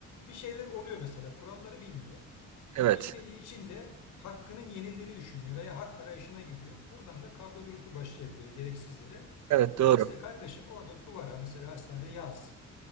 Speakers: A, on the left; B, on the right.
A: Bir şeyler oluyor mesela. Kuralları bilmiyor.
B: evet.
A: Bilmediği için de hakkının yenildiğini düşünüyor veya hak arayışına giriyor. Buradan da kavga gürültü başlayabiliyor gereksiz yere.
B: Evet doğru.
A: Dolayısıyla kardeşim orada duvara mesela hastanede yaz.